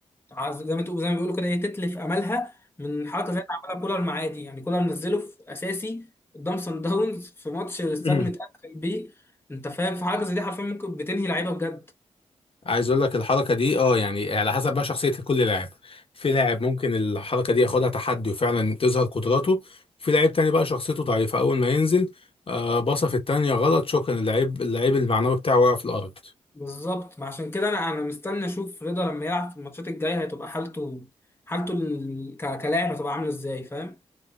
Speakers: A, on the left; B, on the left.
A: عايز- زي ما تقول زي ما بيقولوا كده ايه تتلف املها من حركه زي اللي عملها كولر معاه دي يعني كولر نزله في اساسي قدام سان داونز في ماتش الاستاد
B: امم
A: متقفل بيه انت فاهم في حاجه زي دي حرفيا ممكن بتنهي لعيبه بجد
B: عايز اقول لك الحركه دي اه يعني على حسب بقى شخصيه كل لاعب في لاعب ممكن الحركه دي ياخدها تحدي وفعلا تظهر قدراته في لاعب تاني بقى شخصيته ضعيفه اول ما ينزل آه باصه في التانيه غلط شكرا اللعيب اللعيب المعنوي بتاعه وقع في الارض
A: بالظبط ما عشان كده انا انا مستني اشوف رضا لما يلعب في الماتشات الجايه هتبقى حالته حالته ال- ك- كلاعب هتبقى عامله ازاي فاهم